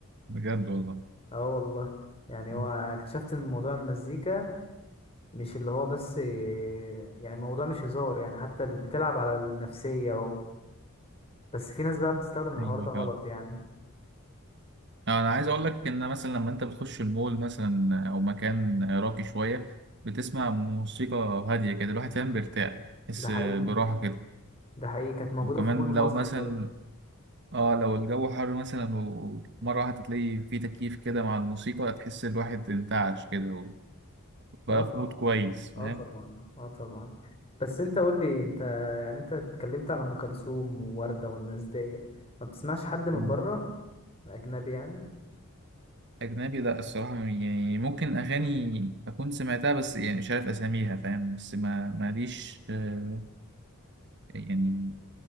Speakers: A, on the right; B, on the left.
A: بجد والله
B: اه والله يعني
A: مم.
B: هو اكتشفت ان موضوع المزيكا مش اللي هو بس إيه، يعني موضوع مش هزار يعني حتى اللي بتلعب على النفسية و... بس في ناس بقى بتستخدم الحوار
A: ايوه
B: ده غلط
A: فعلا
B: يعني
A: انا عايز اقول لك ان مثلا لما انت بتخش المول مثلا او مكان راقي شويه بتسمع موسيقى هاديه كده الواحد فاهم بيرتاح تحس
B: ده حقيقي
A: براحه كده
B: ده حقيقي كانت موجودة
A: وكمان
B: في مول مصر
A: لو مثلا
B: برضه
A: اه لو الجو حر مثلا ومره واحده تلاقي في تكييف كده مع الموسيقى تحس الواحد انتعش كده
B: اه
A: بقى
B: طبعا
A: في مود كويس
B: اه
A: فاهم
B: طبعا اه طبعا بس انت قول لي انت يعني انت اتكلمت على ام كلثوم ووردة والناس دي ما بتسمعش حد من
A: مم.
B: بره اجنبي يعني
A: أجنبي لأ الصراحة م- يعني ممكن أغاني أكون سمعتها بس يعني مش عارف أساميها فاهم بس ما ماليش آه، يعني